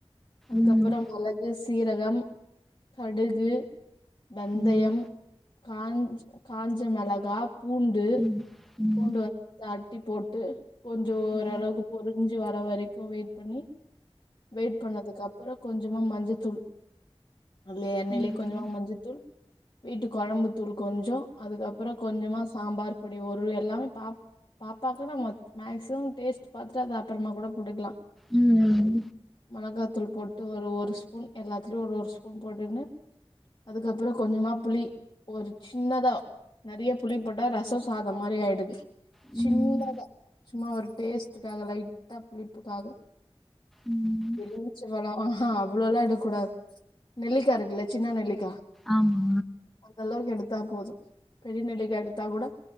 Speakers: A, on the left; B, in the centre.
A: அதுக்கப்புறம்
B: ம்
A: மெளகு சீரகம் கடுகு வந்தயம்
B: ம்
A: காஞ்ச் காஞ்ச மெளகா பூண்டு
B: ம் ம்
A: பூண்டு வந்து அட்டி போட்டு கொஞ்ச ஓரளவுக்கு
B: ம்
A: பொரிஞ்சு வர வரைக்கு வெயிட் பண்ணி வெயிட் அதுக்கப்புற கொஞ்சமா மஞ்ச தூள் அதுலயே எண்ணெய்லயே
B: ம்
A: கொஞ்சமா மஞ்ச தூள் வீட்டு கொழம்புத்தூள் கொஞ்சொ அதுக்கப்புறோ கொஞ்சமா சாம்பார் பொடி ஒரு எல்லாமே பாப் பாப்பாக்கு நம்ம மேக்சிமம் டேஸ்ட் பாத்துட்டு அது அப்புறமா கூட போட்டுக்கலா
B: உம் உம்
A: மொளகாதூள் போட்டு ஒரு ஒரு ஸ்பூன் எல்லாத்துலையு ஒரு ஒரு ஸ்பூன் போட்டுக்குனு அதுக்கப்புறோ கொஞ்சமா புளி ஒரு சின்னதா நெறைய புளி போட்டா ரசம் சாதோ மாரி ஆயிடுது
B: ம்
A: சின்னதா
B: ம்
A: சும்மா ஒரு டேஸ்டுக்காக லைட்டா புளிப்புக்காக
B: ம்.
A: எலிமிச்சு பழோ ஆ ஹா அவ்வளோலா எடுக்கூடாது நெல்லிக்கா இருக்குல்ல சின்னா நெல்லிக்கா
B: ஆமா.
A: அந்த அளவுக்கு எடுத் தா போது பெரிய நெல்லிக்கா எடுத்தா கூட